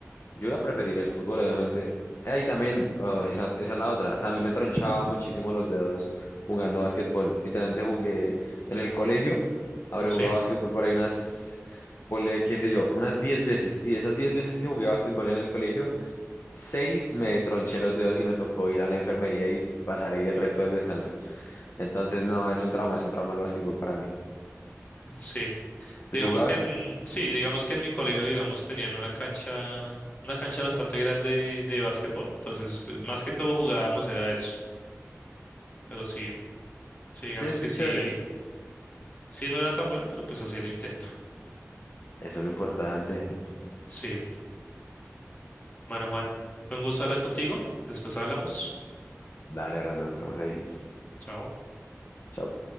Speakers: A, on the left; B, on the left.
A: yo iba a preferir el fútbol, obviamente. Eh, Y también, oh, esa, esa es la otra, también me tronchaba muchísimo los dedos jugando básquetbol. Literalmente jugué en el colegio, habré
B: sí,
A: jugado básquetbol por ahí unas, ponle, qué sé yo, unas 10 veces. Y de esas 10 veces que jugué básquetbol en el colegio, 6 me tronché los dedos y me tocó ir a la enfermería y pasar ahí el resto del descanso. Entonces, no, es un trauma, es un trauma el básquetbol para mí.
B: sí.
A: ¿Tú
B: Digamos
A: sí jugabas?
B: que en, sí, digamos que en mi colegio, digamos, tenían una cancha, una cancha bastante grande de, de básquetbol, entonces, pues más que todo jugábamos era eso, pero sí, sí, digamos
A: Sí, es que
B: que
A: es
B: sí,
A: chévere.
B: sí no era tan bueno, pero pues hacía el intento.
A: Eso es lo importante.
B: Sí, bueno, Juan, fue un gusto hablar contigo, después hablamos,
A: Dale, Brandon, estamos ahí.
B: chao.
A: Chao.